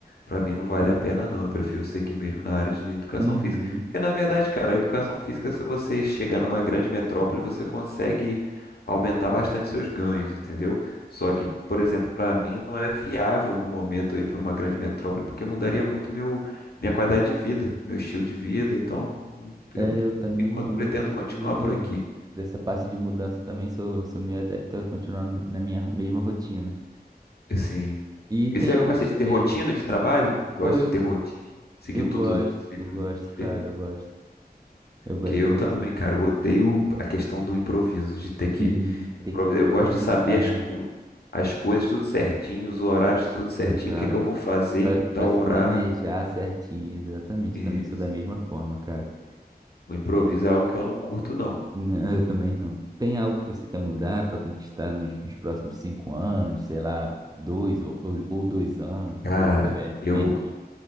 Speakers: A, on the left; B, on the right.
A: pra mim não vale a pena, não. Eu prefiro seguir mesmo na área de educação
B: Uhum.
A: física. Porque, na verdade, cara, a educação física, se você chegar numa grande metrópole, você consegue aumentar bastante seus ganhos, entendeu? Só que, por exemplo, pra mim não é viável no momento eu ir pra uma grande metrópole, porque mudaria muito meu, minha qualidade de vida, meu estilo de vida. Então,
B: É,
A: eu,
B: eu também
A: por enquanto,
B: não,
A: pretendo
B: não curto
A: continuar
B: muito
A: por aqui.
B: dessa parte de mudança também, sou, sou meio adepto a continuar no- na minha mesma rotina.
A: Sim.
B: E
A: E
B: tem
A: você
B: algo
A: gosta
B: que você
A: de ter
B: quer?
A: rotina de trabalho? Gosta
B: Pô, eu,
A: de ter rotina? Seguir
B: eu
A: tudo
B: gosto,
A: sempre
B: eu gosto,
A: do mesmo jeito?
B: cara, eu gosto. Eu gosto
A: Porque eu
B: de ter rotina.
A: também, cara, eu odeio a questão do improviso, de ter que.
B: Sim,
A: improvi-
B: ter que improvisar
A: Eu gosto de saber as,
B: na minha...
A: co- as coisas tudo certinho, os horários tudo certinho,
B: Exato.
A: o que que eu vou fazer
B: Pra,
A: em
B: pra
A: tal
B: se
A: horário.
B: planejar certinho, exatamente.
A: Isso.
B: Eu também sou da mesma forma, cara.
A: O improviso é algo que eu não curto, não.
B: Não, eu também não. Tem algo que você quer mudar para conquistar nos, nos próximos cinco anos, sei lá, dois ou, ou, ou dois anos,
A: Cara,
B: ou até
A: eu.
B: menos?